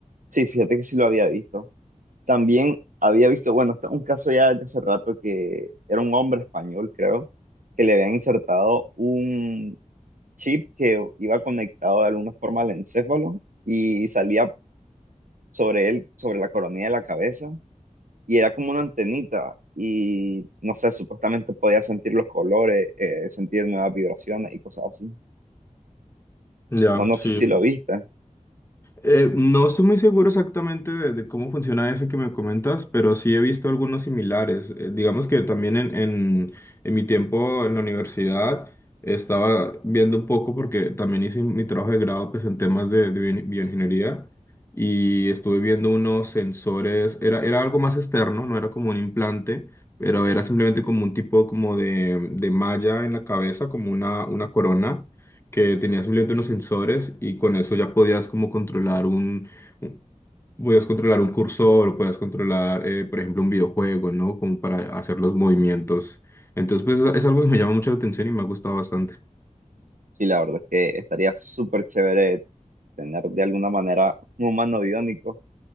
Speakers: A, on the right; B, on the left.
A: Sí, fíjate que sí lo había visto. También había visto, bueno, esto es un caso ya desde hace rato que era un hombre español, creo, que le habían insertado un chip que iba conectado de alguna forma al encéfalo y salía sobre él, sobre la coronilla de la cabeza, y era como una antenita, y no sé, supuestamente podía sentir los colores, eh, sentir nuevas vibraciones y cosas así.
B: Ya,
A: No, no
B: sí.
A: sé si lo viste,
B: Eh, no estoy muy seguro exactamente de, de cómo funciona eso que me comentas, pero sí he visto algunos similares. Eh, digamos que también en, en, en mi tiempo en la universidad estaba viendo un poco porque también hice mi trabajo de grado pues, en temas de, de bio- bioingeniería y estuve viendo unos sensores, era, era algo más externo, no era como un implante, pero era simplemente como un tipo como de, de malla en la cabeza, como una, una corona que tenía simplemente unos sensores y con eso ya podías como controlar un, un- podías controlar un cursor, o podías controlar, eh, por ejemplo, un videojuego, ¿no? Como para hacer los movimientos. Entonces, pues es algo que me llama mucho la atención y me ha gustado bastante.
A: sí, la verdad es que estaría súper chévere tener de alguna manera un humano biónico,